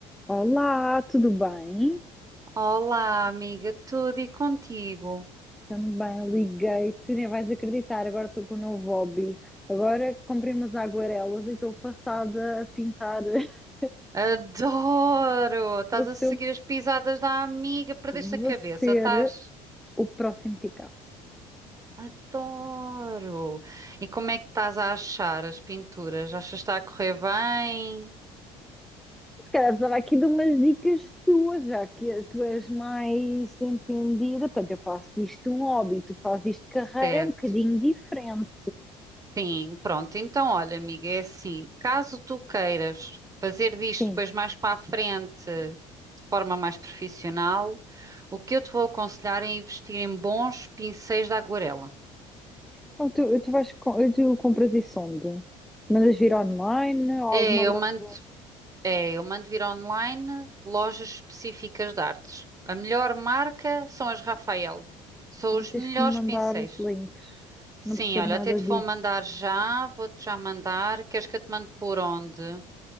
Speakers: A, in the centre; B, on the right.
A: Olá, tudo bem?
B: Olá, amiga, tudo e contigo?
A: Também liguei-te, nem vais acreditar. Agora estou com um novo hobby. Agora comprei umas aguarelas e estou passada a pintar. <laughs>
B: Adoro! Estás
A: Vou ser,
B: a seguir as pisadas da amiga, perdeste
A: vou
B: a cabeça,
A: ser
B: estás?
A: o próximo Picasso.
B: Adoro! E como é que estás a achar as pinturas? Achas que está a correr bem?
A: Se calhar precisava aqui de umas dicas tuas, já que tu és mais entendida. Portanto, eu faço disto um hobby, tu fazes isto de carreira,
B: Certo,
A: é um bocadinho diferente.
B: sim, pronto. Então, olha, amiga, é assim: caso tu queiras fazer disto
A: Sim.
B: depois mais para a frente, de forma mais profissional, o que eu te vou aconselhar é investir em bons pincéis de aguarela.
A: Então, tu, tu vais, com- tu compras isso onde? Mandas vir online ou
B: É,
A: alguma
B: eu
A: loja?
B: mando. É, eu mando vir online lojas específicas de artes. A melhor marca são as Rafael. São
A: Ai,
B: os
A: tens
B: melhores
A: que me mandar
B: pincéis.
A: os links.
B: Sim,
A: Não percebo
B: olha,
A: nada
B: até te
A: disso.
B: vou mandar já, vou-te já mandar. Queres que eu te mande por onde?